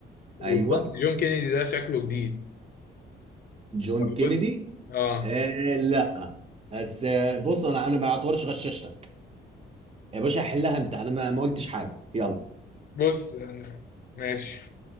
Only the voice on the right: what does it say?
ايوه
جون
كينيدي
آه لا بس آه، بص انا انا ما اعتبرش غششتك يا باشا حلها انت انا ما ما قلتش حاجه يلا